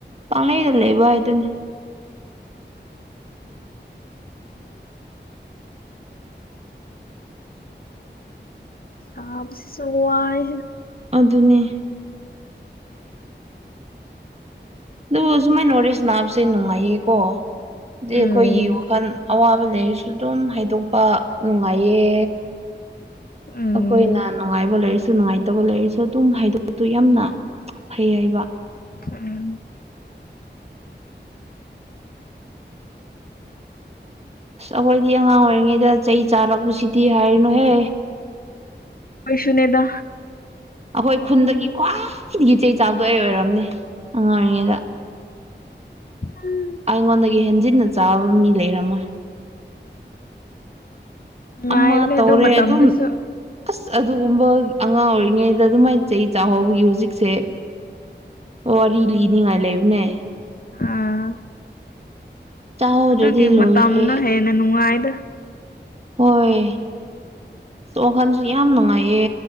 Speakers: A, on the right (about 35°); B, on the left (about 50°).
A: ꯄꯪꯂꯩꯗ ꯂꯩꯕ ꯍꯥꯏꯗꯨꯅꯦ
B: <unintelligible> ꯋꯥꯏꯍꯦ
A: ꯑꯗꯨꯅꯤ ꯑꯗꯨ ꯁꯨꯃꯥꯏꯅ <unintelligible> ꯅꯥꯕꯁꯦ ꯅꯨꯡꯉꯥꯏꯌꯦꯀꯣ ꯑꯗꯤ ꯑꯩꯈꯣꯏꯒꯤ
B: ꯎꯝ
A: ꯋꯥꯈꯜ ꯑꯋꯥꯕ ꯂꯩꯔꯁꯨ ꯑꯗꯨꯝ ꯍꯥꯏꯗꯣꯛꯄ ꯅꯨꯡꯉꯥꯏꯌꯦ
B: ꯎꯝ
A: ꯑꯩꯈꯣꯏꯅ ꯅꯨꯡꯉꯥꯏꯕ ꯂꯩꯔꯤꯁꯦ ꯑꯩꯁꯨ ꯅꯨꯡꯉꯥꯏꯇꯕ ꯂꯩꯔꯁꯨ ꯑꯗꯨꯝ ꯍꯥꯏꯗꯣꯛꯄ ꯌꯥꯝꯅ ꯐꯩ ꯍꯥꯏꯕ
B: ꯎꯝ
A: ꯑꯁ ꯑꯩꯈꯣꯏꯗꯤ ꯑꯉꯥꯡ ꯑꯣꯏꯔꯤꯉꯩꯗ ꯆꯩ ꯆꯥꯔꯛꯄꯁꯤꯗꯤ ꯍꯥꯏꯔꯤꯅꯨꯍꯦ
B: ꯑꯩꯈꯣꯏꯁꯨꯅꯦꯗ
A: ꯑꯩꯈꯣꯏ ꯈꯨꯟꯗꯒꯤ ꯈ꯭ꯋꯥꯏꯗꯒꯤ ꯆꯩ ꯆꯥꯗꯣ ꯑꯩ ꯑꯣꯏꯔꯝꯅꯦ ꯑꯉꯥꯡ ꯑꯣꯏꯔꯤꯉꯩꯗ
B: ꯎ
A: ꯑꯩꯉꯣꯟꯗꯒꯤ ꯍꯦꯟꯖꯤꯟꯅ ꯆꯥꯕ ꯃꯤ ꯂꯩꯔꯝꯃꯣꯏ
B: ꯅꯨꯡꯉꯥꯏꯕꯅꯦ
A: ꯑꯃꯥ ꯇꯧꯔꯦ
B: ꯑꯗꯨ ꯃꯇꯝꯗꯨꯁꯨ
A: ꯑꯗꯨꯝ ꯑꯁ ꯑꯗꯨꯒꯨꯝꯕ ꯑꯉꯥꯡ ꯑꯣꯏ ꯔꯤꯉꯩꯗ ꯑꯗꯨꯃꯥꯏꯟ ꯆꯩ ꯆꯥꯍꯧꯕꯒꯤ ꯍꯧꯖꯤꯛꯁꯦ ꯋꯥꯔꯤ ꯂꯤꯅꯤꯉꯥꯏ ꯂꯩꯕꯅꯦ
B: ꯎꯝ
A: ꯆꯥꯍꯧꯗ꯭ꯔꯗꯤ
B: ꯑꯗꯨꯒꯤ
A: ꯂꯣꯏꯔꯦ
B: ꯃꯇꯝꯅ ꯍꯦꯟꯅ ꯅꯨꯡꯉꯥꯏꯗ
A: ꯍꯣꯏ ꯋꯥꯈꯜꯁꯨ ꯌꯥꯝ ꯅꯨꯡꯉꯥꯏꯌꯦ